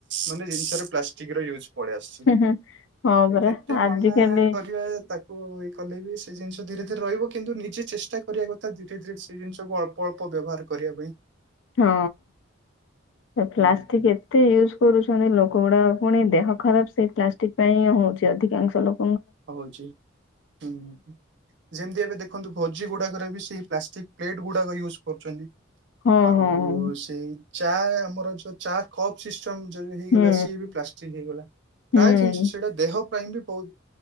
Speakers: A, on the right; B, on the left.
A: ମାନେ ଜିନିଷରେ ପ୍ଲାଷ୍ଟିକର ୟୁଜ ପଳେଇ ଆସିଛି।
B: ହୁଁ। ହଁ ପରା
A: କେତେ
B: ଆଜିକାଲି
A: ମନା କରିବା ତାକୁ କଲେ ବି ସେ ଜିନିଷ ଧୀରେ ଧୀରେ ରହିବ କିନ୍ତୁ ନିଜେ ଚେଷ୍ଟା କରିବା କଥା ଧୀରେ ଧୀରେ ସେ ଜିନିଷକୁ ଅଳ୍ପ ଅଳ୍ପ ବ୍ୟବହାର କରି କରିବା ପାଇଁ
B: ହଁ ପ୍ଲାଷ୍ଟିକ
A: ହୁଁ ହୁଁ,
B: ଏତେ ୟୁଜ କରୁଛନ୍ତି ଲୋକ ଗୁଡ଼ାକ ପୁଣି ଦେହ ଖରାପ ସେଇ ପ୍ଲାଷ୍ଟିକ ପାଇଁ ହିଁ ହଉଛି ଅଧିକାଂଶ ଲୋକ
A: ହଉଛି ହୁଁ। ଯେମତି ଏବେ ଦେଖନ୍ତୁ ଭୋଜି ଗୁଡାକରେ ବି ସେଇ ପ୍ଲାଷ୍ଟିକ ପ୍ଲେଟ ଗୁଡାକ ୟୁଜ କରୁଛନ୍ତି।
B: ହଁ
A: ଆଉ
B: ହଁ ହଁ
A: ସେଇ ଚା ଆମର ଯୋଉ ଚା କପର ସି ଚଙ୍ଗ୍ ଜଲଦି ହେଇଗଲା
B: ହୁଁ
A: ସିଏ ବି ପ୍ଲାଷ୍ଟିକ ହେଇଗଲା
B: ହୁଁ
A: ପ୍ରାୟ ଜିନିଷ ସେଇଟା ଦେହ ପାଇଁ ବି ବହୁତ